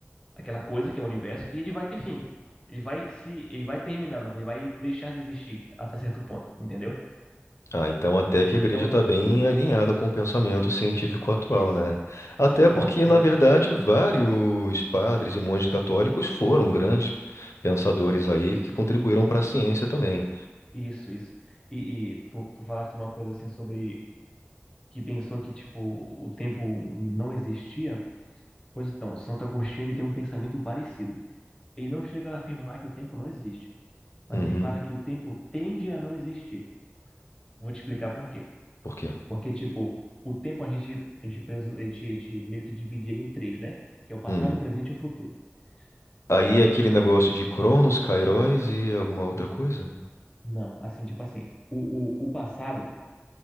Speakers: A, on the left; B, on the left.
A: aquela coisa que é o universo e ele vai ter fim. Ele vai se, ele vai terminar, não- ele vai deixar de existir até certo ponto, entendeu?
B: Ah, então até que a igreja
A: Então,
B: está bem
A: tu, tu,
B: alinhada com o pensamento científico atual,
A: isso.
B: né? Até
A: Então,
B: porque,
A: é,
B: na verdade, vários padres e monges católicos foram grandes pensadores aí que contribuíram para a ciência também.
A: isso, isso. E, e tu, tu falaste uma coisa assim sobre que pensou que, tipo, o tempo não existia. Pois então, Santo Agostinho ele tem um pensamento parecido. Ele não chega a afirmar que o tempo não existe, mas
B: Uhum.
A: ele fala que o tempo tende a não existir. Vou te explicar por quê.
B: Por quê?
A: Porque, tipo, o tempo a gente, a gente, preso- a gente, a gente meio que divide ele em três, né? Que é o passado,
B: Hum.
A: o presente e o futuro.
B: Aí
A: Olha,
B: é aquele negócio de Cronos, Kairos e alguma outra coisa?
A: não, assim, tipo assim, o, o, o passado